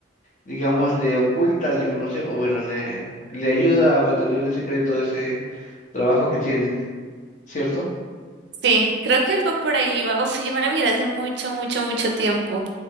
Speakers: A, on the left; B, on the right.
A: digamos, le oculta la información, o bueno, le, le ayuda a mantener el secreto de ese trabajo que tiene, ¿cierto?
B: Sí, creo que algo por ahí va. <laughs> Uf, yo me la miré hace mucho, mucho, mucho tiempo.